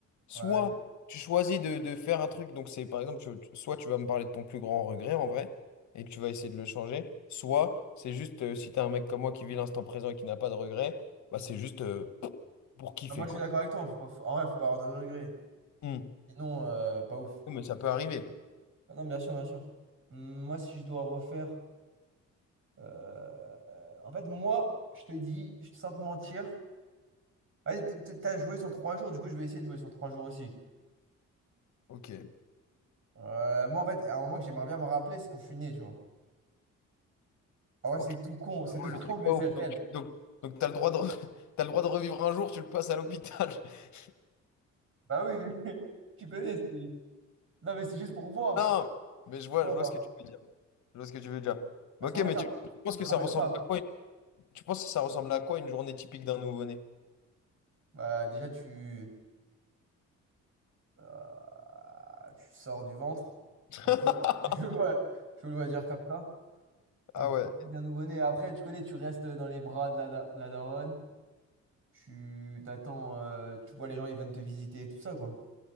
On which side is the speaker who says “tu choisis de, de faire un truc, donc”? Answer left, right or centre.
Left